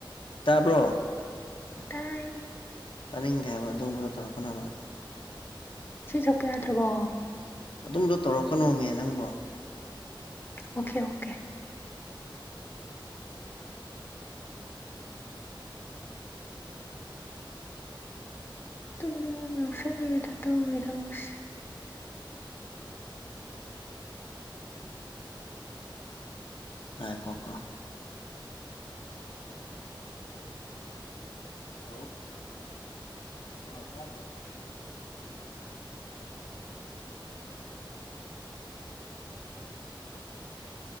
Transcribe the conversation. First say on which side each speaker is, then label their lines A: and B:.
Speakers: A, on the left (about 80°); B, on the left (about 25°).
A: ꯇꯥꯕ꯭ꯔꯣ
B: ꯇꯔ ꯑꯩ
A: ꯇꯥꯅꯤꯡꯗꯦ ꯍꯥꯏꯕ ꯑꯗꯨꯒꯨꯝꯕꯗ ꯇꯧꯔꯛꯀꯅꯕ
B: ꯁꯤ ꯁꯛꯄ ꯌꯥꯗ꯭ꯔꯕꯣ
A: ꯑꯗꯨꯝꯕꯗꯣ ꯇꯧꯔꯛꯀꯅꯣꯃꯦ ꯅꯪꯕꯣ
B: ꯑꯣꯀꯦ ꯑꯣꯀꯦ ꯇꯝꯅꯤꯡꯉ ꯌꯥꯎꯁꯜꯂꯗ ꯇꯧꯕꯒꯤꯗꯃꯛꯁ
A: ꯉꯥꯏꯈꯣꯀꯣ ꯍꯂ ꯑꯣ ꯀꯒꯣ